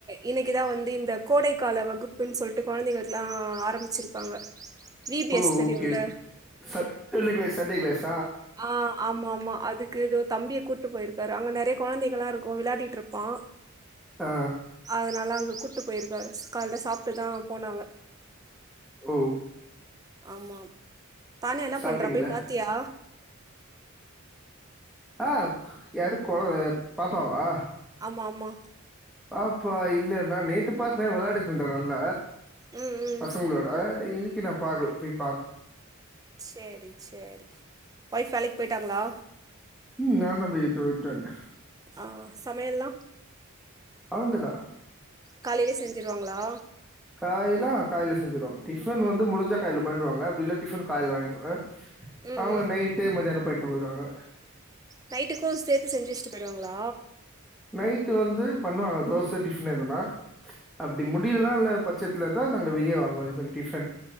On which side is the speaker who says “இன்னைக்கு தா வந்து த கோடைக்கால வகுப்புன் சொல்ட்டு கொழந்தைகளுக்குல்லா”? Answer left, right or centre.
Right